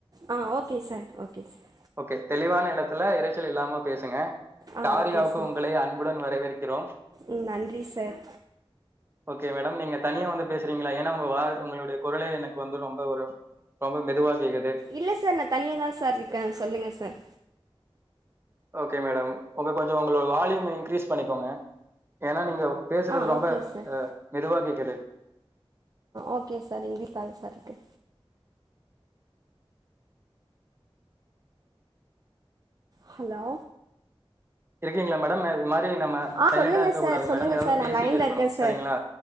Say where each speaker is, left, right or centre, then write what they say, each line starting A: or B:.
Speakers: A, on the right (about 40°); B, on the right (about 25°).
A: ஆ okay sir okay sir
B: okay தெளிவான எடத்துல இறைச்சல் இல்லாம பேசுங்க
A: ஆ
B: காரியாவுக்கு
A: ஓகே சார்
B: உங்களை அன்புடன் வரவேற்கிறோம்
A: ம் நன்றி சார்
B: ஓகே மேடம் நீங்க தனியா வந்து பேச ஏனா உங்க வா உங்களுடைய குரலே எனக்கு வந்து ரொம்ப ஒரு ரொம்ப மெதுவா கேக்கு
A: இல்ல சார் நா தனியா தா சார் இருக்கே சொல்லுங்க சார்
B: ஓகே மேடம் உங்க கொஞ்சம் உங்களோட வால்யூம் இன்கிரீஸ் பண்ணிக்கோங்க ஏனா நீங்க பேசுறது
A: ஆ
B: ரொம்ப
A: ஓகே சார்
B: அ மெதுவா கேக்குது.
A: ஓகே சார் இன்க்ரிஸ்லதாங் சார் இருக்கு ஹலோ
B: இருக்கீங்களா மேடம் அது மார் கிங்ளா மே
A: ஆ
B: சைலண்டா
A: சொல்லுங்கள்
B: இருக்கக்கூடாது
A: சார் சொல்லுங்கள்
B: மேடம் ஏதாவது
A: சார்
B: பேசிட்டு
A: நான் லைனில்
B: இருக்கணு
A: இருக்கேன்
B: சரிங்களா
A: சார்